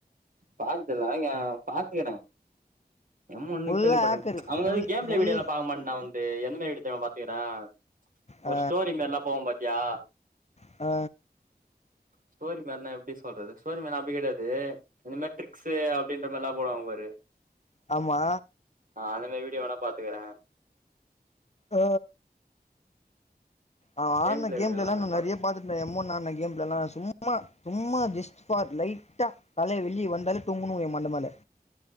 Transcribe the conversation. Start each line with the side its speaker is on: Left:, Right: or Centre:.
Right: பாத்தில்லா யா பாத்ன்கிறே எம் ஒன்னு
Left: ஃபுல்லா
Right: கேள்விப்பட்டேங்
Left: ஹேக்கரு
Right: அவங்க
Left: ஃபுல்
Right: வந்து கேம்பிளே
Left: ஃபுல்
Right: வீடியோலா பாக்க மாட் நா வந் ஏ எந்த மாரி <unintelligible> பாத்தியாடா
Left: ஆ
Right: ஒரு ஸ்டோரி மாரில்லா போவோ பாத்தியா
Left: ஆ
Right: ஸ்டோரி மாரினா எப்டி சொ ல்றது ஸ்டோரி மாரினா அப்டி கெடையாது இந்த மாரி டிரிக்ஸ்சு அப்டின்ற மாரில்லா போடுவாங்க பாரு
Left: ஆமா
Right: ஆ அந்த மாரி வீடியோ வேணா பாத்துக்கிறே
Left: ஆ அவ
Right: கேம்
Left: ஆட்ன
Right: பிளே
Left: கேம்லல்லா
Right: வீடியோலா வேணா
Left: நா நெறைய
Right: பாத்துக்கறே
Left: பாத்து ந்தே மூணான கேம்லல்லா சும்மா சும்மா ஜஸ்ட் பார் லைட்டா கால்லே வெளிய வந்தாலே தொங்குணு விழு ஏ மண்ட மேலே